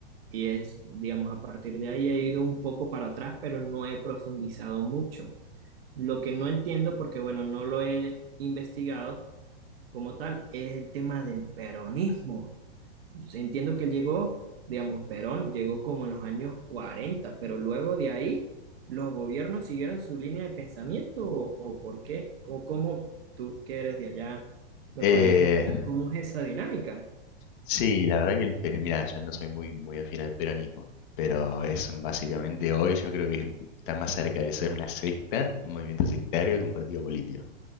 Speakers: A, on the right; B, on the left.
A: Y es, digamos, a partir de ahí he ido un poco para atrás, pero no he profundizado mucho. Lo que no entiendo, porque bueno, no lo he investigado como tal, es el tema del peronismo pues, Entiendo que él llegó, digamos, Perón llegó como en los años 40, pero luego de ahí, ¿los gobiernos siguieron su línea de pensamiento o, o por qué? ¿Cómo, cómo tú que eres de allá me
B: eh,
A: podrías indicar cómo es esa dinámica?
B: sí, la verdad que el per- mira, yo no soy muy, muy afín al peronismo, pero es básicamente hoy yo creo que es- está más cerca de ser una secta, un movimiento sectario que un partido político.